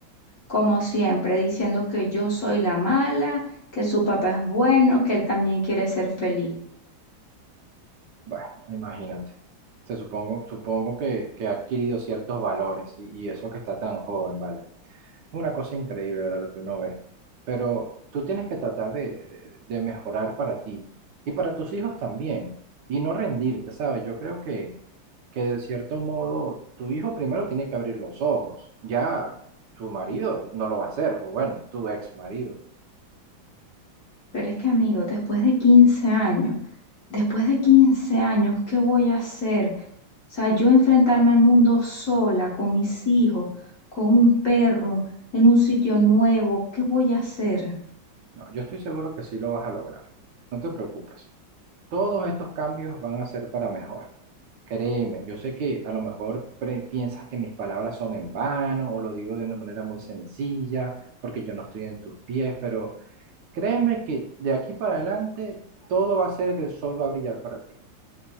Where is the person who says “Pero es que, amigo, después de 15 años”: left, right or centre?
Left